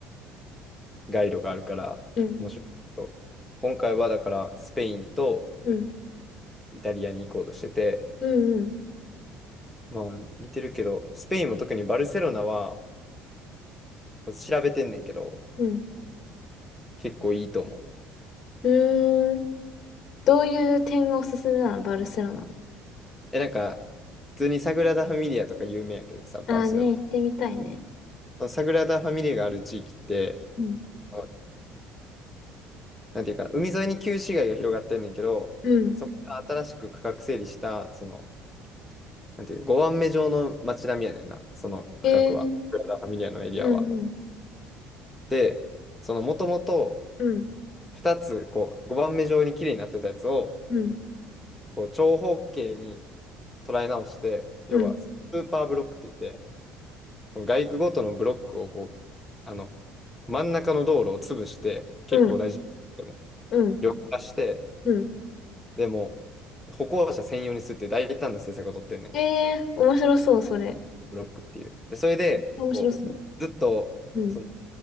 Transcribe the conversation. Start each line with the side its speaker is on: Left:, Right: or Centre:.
Centre: 街路があるから面白いけど。
Left: うん
Centre: 今回はだからスペインと
Left: うん。
Centre: イタリアに行こうとしてて、
Left: うんうん。
Centre: まあ似てるけど、スペインも特にバルセロナはこう調べてんねんけど、
Left: うん。
Centre: 結構いいと思う。
Left: うーん。どういう点がおすすめなのバルセロナの。
Centre: え、なんか、普通にサグラダ・ファミリアとか有名やけどさ、バルセロナ。
Left: ああね、行ってみたいね。
Centre: そのサグラダ・ファミリアがある地域って、
Left: うん。
Centre: あなんていうかな、海沿いに旧市街が広がってんねんけど、
Left: うん。
Centre: そこから新しく区画整理した、その、なんていう、5番目状の街並みやねんな、その区画は。
Left: へえー、
Centre: サグラダ・ファミリアのエリアは。
Left: うんうん。
Centre: で、そのもともと
Left: うん。
Centre: 2つ、こう、5番目状に綺麗になってたやつを、
Left: うん。
Centre: こう、長方形に、捉え直して、要はスーパーブロックって言って、
Left: うん。
Centre: この街区ごとのブロックをこう、あの、真ん中の道路を潰して、結構大事でも、
Left: うん。うん。
Centre: 緑化して、
Left: うん
Centre: でも、歩行者専用にするっていう大胆な政策を取ってんねん。
Left: へえー、面白そう、それ。
Centre: ブロックっていう。で、それで、
Left: 面白そう。
Centre: こう、ずっと、
Left: うん。
Centre: その、